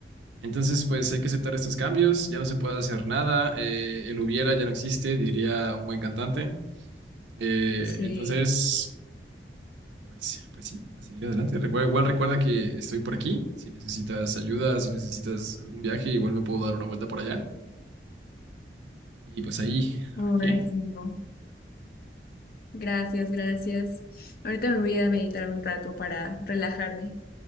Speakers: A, on the right; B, on the left.
A: Entonces, pues hay que aceptar estos cambios. Ya no se puede hacer nada. eh, el hubiera ya no existe, diría un buen cantante. Eh,
B: Sí,
A: entonces, pues, pues sí, a seguir adelante. Recuerda- igual recuerda que estoy por aquí. Si necesitas ayuda, si necesitas algún viaje, igual me puedo dar una vuelta por allá. Y pues ahí, a
B: ahora
A: ver qué.
B: sí, ¿no? Gracias, gracias. Ahorita me voy a meditar un rato para relajarme.